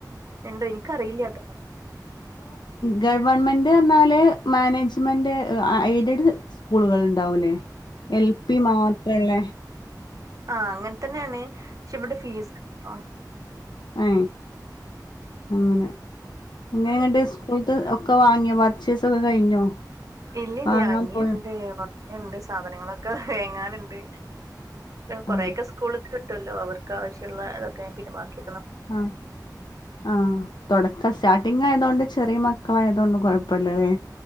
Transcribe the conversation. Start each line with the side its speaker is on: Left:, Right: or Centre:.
Right: എണ്ടോ എനിക്കറിയില്ലട്ടോ
Left: ഗവൺമെന്റ്ന്ന് റഞ്ഞാല് മാനേജ്മെന്റ് എയ്ഡഡ് സ്കൂളുകളുണ്ടാവൂല്ലേ എൽ പി മാത്രള്ള
Right: ആ അങ്ങനെ തന്നെയാണ് ശ വിടെ ഫീസ് ആ
Left: യെ അങ്ങനെ എങ്ങനെയണ്ട്
Right: അതെ
Left: സ്കൂളിത്തെ ക്കൊ വാങ്ങിയോ പർച്ചേസൊക്കെ കഴിഞ്ഞോ
Right: ഇല്ലില്ല
Left: വാങ്ങാൻ
Right: ഇനിയിണ്ട്
Left: പോയോ
Right: കൊ ഇണ്ട് സാധനങ്ങളൊക്കെ വേങ്ങാനുണ്ട് കുറെയൊക്കെ
Left: അതെ
Right: സ്കൂൾ കിട്ടല്ലോ അവർക്ക് ആവശ്യുള്ള ഇതൊക്കെ പിന്നെ ബാക്കി
Left: ആ ആ തുടക്ക സ്റ്റാർട്ടിങ് ആയതുകണ്ട് ചെറിയ മക്കളായതുകൊണ്ട് കൊഴപ്പല്ലല്ലേ